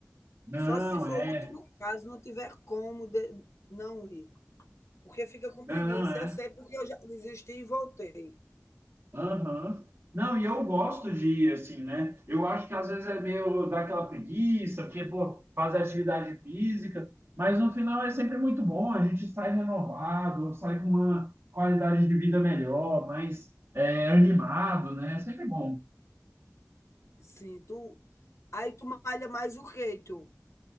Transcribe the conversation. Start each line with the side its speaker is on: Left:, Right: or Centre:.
Right: Não,
Left: Só se for
Right: é.
Left: o último caso, não tiver como de- não ir. Porque fica com
Right: Não,
Left: preguiça.
Right: é.
Left: Eu sei porque eu já desisti e voltei.
Right: Aham. Não, e eu gosto de ir assim, né? Eu acho que às vezes é meio daquela preguiça, porque, pô, fazer atividade física, mas no final é sempre muito bom, a gente sai renovado, sai com uma qualidade de vida melhor, mais é, animado, né? É sempre bom.
Left: Sim, tu. Aí tu malha mais o que, Heitor?